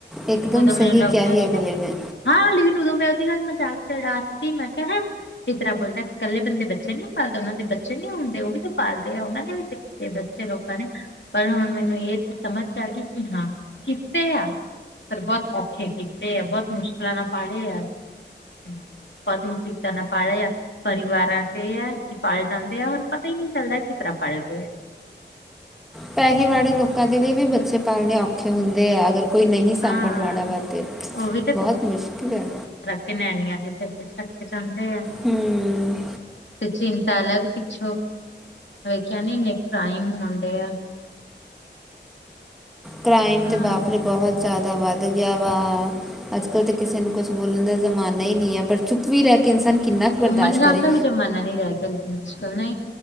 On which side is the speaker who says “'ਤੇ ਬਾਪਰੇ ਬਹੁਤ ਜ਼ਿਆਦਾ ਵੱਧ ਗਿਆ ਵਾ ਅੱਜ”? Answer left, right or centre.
Centre